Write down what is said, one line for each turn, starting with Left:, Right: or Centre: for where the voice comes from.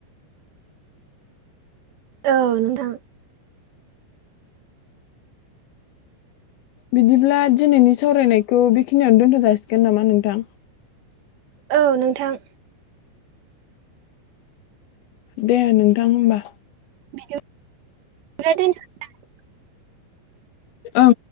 Right: औ नोंथां
Left: बिदिब्ला दिनैनि सावरायनायखौ बेखिनियावनो दोनथ जाासिगोन नामा नोंथां।
Right: औ नोंथां
Left: दे नोंथां होमबा
Right: <unintelligible>
Left: ओं